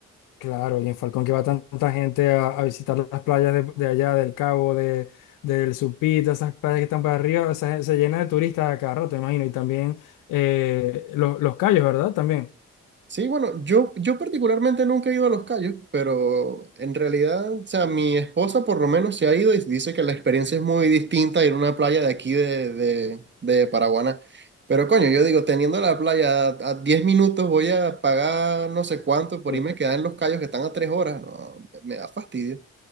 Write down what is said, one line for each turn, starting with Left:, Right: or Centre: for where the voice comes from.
Left: Claro, y en Falcón que va tanta gente a, a visitar las playas de, de allá, del Cabo, de, del Supí, todas esas playas que están para arriba, o sea, se llena de turistas a cada rato, me imagino, y también eh, los, los cayos, ¿verdad? También.
Right: Sí, bueno, yo, yo particularmente nunca he ido a Los Cayos, pero en realidad, o sea, mi esposa por lo menos se ha ido y dice que la experiencia es muy distinta a ir a una playa de aquí de, de, de Paraguaná. Pero coño, yo digo, teniendo la playa a, a 10 minutos voy a pagar no sé cuánto por
Left: Sí,
Right: irme a quedar en Los Cayos que están a 3 horas. No, me da fastidio.